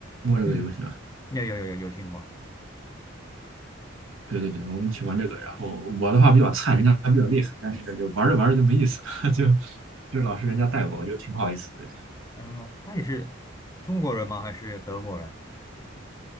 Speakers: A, on the right (about 80°); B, on the left (about 15°).
A: 过这个游戏吗？
B: 嗯，有有有有有听过。
A: 对对对，我们一起玩这个。然后我的话比较菜，人家比较厉害，但是就玩着玩着就没意思了，<laughs> 就就老是人家带我，我就挺不好意思的。
B: 嗯，他也是中国人吗？还是德国人？